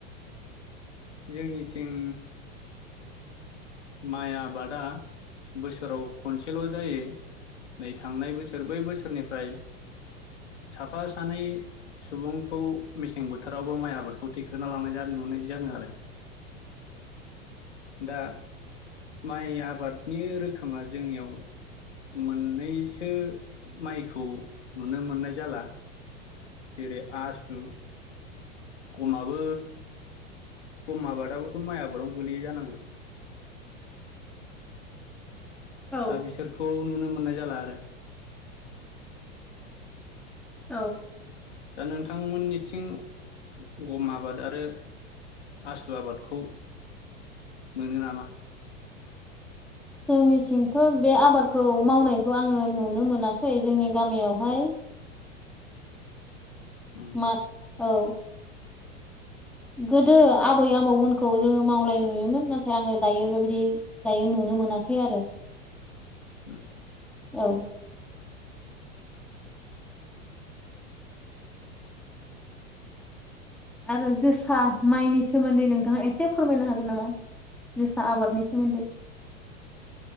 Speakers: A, on the left; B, in the centre.
A: जोंनिथिं माइ आबादा बोसोराव खनसेल' जायो नै थांनाय बोसोर बै बोसोरनिफ्राय साफा सानै सुबुंखौ मेसें बोथोरावबो माइ आबादखौ थिखोना लांनाय नुनाय जादों आरो दा माइ आबादनि रोखोमा जोंनियाव मोननैसो माइखौ नुनो मोननाय जाला जेरै आसु गमाबो गम आबादाबोथ' माइ आबादावनो गोलैयो जानांगौ
B: औ
A: दा बिसोरखौ नुनो मोननाय जाला आरो
B: औ
A: दा नोंथांमोननिथिं गम आबाद आरो आसु आबादखौ मोनो नामा?
B: जोंनिथिंथ' बे आबादखौ मावनायखौ आङो नुनो मोनाखै जोंनि गामियावहाय
A: उम
B: मा औ गोदो आबै आबौमोनखौ जोङो मावलाय नुयोमोन नाथाय आङो दायो बेबायदि दायो नुनो मोनाखै आरो
A: <unintelligible>
B: औ आरो जोसा माइनि सोमोन्दै नोंथाङा एसे फोरमायनो हागोन नामा? जोसा आबादनि सोमोन्दै